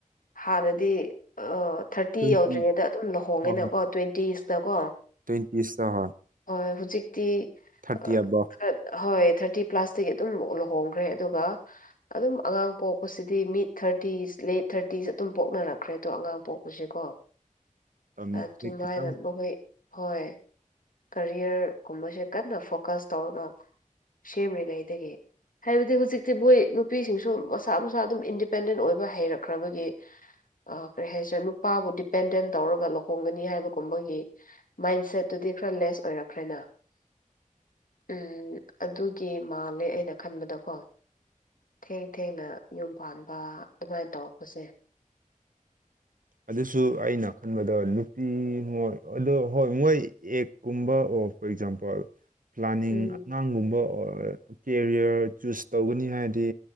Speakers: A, on the left; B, on the right.
A: ꯍꯥꯟꯅꯗꯤ ꯑ ꯊꯥꯔꯇꯤ
B: ꯇ꯭ꯋꯦꯟꯇꯤ
A: ꯌꯧꯗ꯭ꯔꯤꯉꯩꯗ ꯑꯗꯨꯝ ꯂꯨꯍꯣꯡꯉꯦꯅꯀꯣ
B: ꯑ
A: ꯇ꯭ꯋꯦꯟꯇꯤꯁ ꯗꯀꯣ
B: <unintelligible>
A: ꯍꯣꯏ ꯍꯧꯖꯤꯛꯇꯤ
B: ꯊꯥꯔꯇꯤ
A: ꯑ,
B: ꯑꯕꯚ
A: ꯈꯔ ꯍꯣꯏ ꯊꯥꯔꯇꯤ ꯄ꯭ꯂꯁꯇꯒꯤ ꯑꯗꯨꯝ ꯂꯨꯍꯣꯡꯈ꯭ꯔꯦ ꯑꯗꯨꯒ ꯑꯗꯨꯝ ꯑꯉꯥꯡ ꯄꯣꯛꯄꯁꯤꯗꯤ ꯃꯤꯠ ꯊꯥꯔꯇꯤꯁ ꯂ‌ꯦꯠ ꯊꯥꯔꯇꯤꯁ ꯑꯗꯨꯝ ꯄꯣꯛꯅꯔꯛꯈ꯭ꯔꯦꯗꯣ ꯑꯉꯥꯡ ꯄꯣꯛ ꯄꯨꯁꯤꯀꯣ
B: ꯃꯇꯝꯁꯦ
A: ꯑꯗꯨꯃꯥꯏꯅ
B: ꯈꯤꯇꯪ
A: ꯃꯈꯣꯏ ꯍꯣꯏ ꯀꯔꯤꯌꯔꯒꯨꯝꯕꯁꯦ ꯀꯟꯅ ꯐꯣꯀꯁ ꯇꯧꯔꯒ ꯁꯦꯝꯃꯤꯉꯩꯗꯒꯤ ꯍꯥꯏꯕꯗꯤ ꯍꯧꯖꯤꯛꯇꯤ ꯃꯣꯏ ꯅꯨꯄꯤꯁꯤꯡꯁꯨ ꯃꯁꯥ ꯃꯁꯥ ꯑꯗꯨꯝ ꯏꯟꯗꯤꯄꯦꯟꯗꯦꯟ ꯑꯣꯏꯕ ꯍꯩꯔꯛꯈ꯭ꯔꯕꯒꯤ ꯑ ꯀꯔꯤ ꯍꯥꯏꯁꯦ ꯅꯨꯄꯥꯕꯨ ꯗꯤꯄꯦꯟꯗꯦꯟ ꯇꯧꯔꯒ ꯂꯨꯍꯣꯡꯒꯅꯤ ꯍꯥꯏꯕꯒꯨꯝꯕꯒꯤ ꯃꯥꯏꯟꯁꯦꯠꯇꯨꯗꯤ ꯈꯔ ꯂꯦꯁ ꯑꯣꯏꯔꯛꯈ꯭ꯔꯦꯅ ꯎꯝ ꯑꯗꯨꯒꯤ ꯃꯥꯜꯂꯦ ꯑꯩꯅ ꯈꯟꯕꯗꯀꯣ ꯊꯦꯡ ꯊꯦꯡꯅ ꯌꯨꯝ ꯄꯥꯟꯕ ꯑꯗꯨꯃꯥꯏꯅ ꯇꯧꯔꯛꯄꯁꯦ
B: ꯑꯗꯨꯁꯨ ꯑꯩꯅ ꯈꯟꯕꯗꯣ ꯅꯨꯄꯤ ꯃꯣꯏ ꯑꯣ ꯍꯣꯏ ꯃꯣꯏ ꯑꯦ ꯀꯨꯝꯕ ꯑꯣꯐ ꯐꯣꯔ ꯑꯦꯛꯖꯥꯝꯄꯜ ꯄ꯭ꯂꯥꯅꯤꯡ
A: ꯎꯝ
B: ꯑꯉꯥꯡꯒꯨꯝꯕ ꯀꯦꯔꯤꯌꯔ ꯆꯨꯁ ꯇꯧꯒꯅꯤ ꯍꯥꯏꯔꯗꯤ